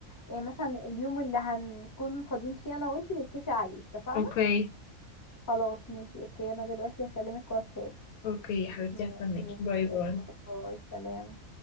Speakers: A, on the left; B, on the left.
A: يعني مثلا اليوم اللي هنكون فاضيين فيه انا وانتي نتفق عليه اتفقنا
B: اوكي
A: خلاص ماشي اوكي انا دلوقتي هكلمك واتساب
B: اوكي يا حبيبتي
A: ماشي
B: هستناكي
A: ماشي
B: باي باي
A: باي باي سلام